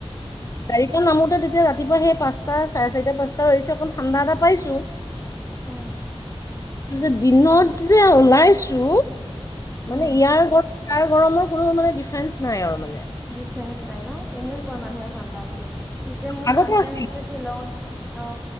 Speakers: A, on the left; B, in the centre.
A: গাড়ী নামোতে তেতিয়া ৰাতিপুৱা সেই পাচটা, চাৰে চাৰিটা, পাচটা বাজিছে অকমান ঠণ্ডা এটা পাইছো।
B: উম,
A: তাৰপিছত দিনত যে ওলাইছো, মানে
B: উম
A: ইয়াৰ গৰম ইয়াৰ গৰমত কোনো মানে ডিফাৰেঞ্চ নাই আৰু মানে।
B: ডিফাৰেঞ্চ নাই ন, এনেই কয় মানুহে ঠাণ্ডা বুলি। পিছে মোৰ
A: আগতে
B: হাজবেণ্ড
A: আছিল
B: এতিয়া শ্বিলঙত অ,